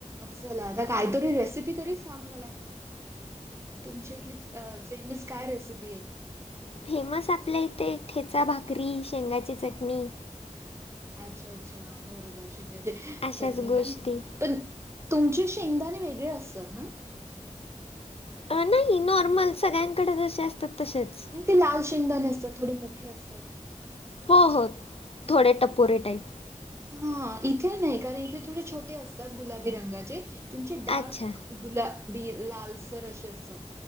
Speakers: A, on the right; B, on the left.
A: चल आता कांहीतरी रेसिपी तरी सांग मला. तुमच्या इथली फ्रेम्स कायं रेसिपी आहे.
B: फ्रेम्स आपल्या इथे ठेचा, भाकरी, शेंगाची चटणी
A: अच्छा अच्छा बरोबर शेंगाची
B: अशाच
A: चटणी
B: गोष्टी.
A: पणं पणं तुमचे शेंगदाणे वेगळे असतात नां
B: अ नाहीं नॉर्मल सगळ्यांकडे जसे असतात तसेचं
A: नाय ते लाल शेंगदाणे असतात थोडे मोठे असतात.
B: हो हो थोडे टपोरे टाईप.
A: हां इथे नाहीं कारणं इथे थोडे छोटे असतात गुलाबी रंगाचे तुमचे डार्क
B: अच्छा.
A: गुलाबी लालसर असे असतात.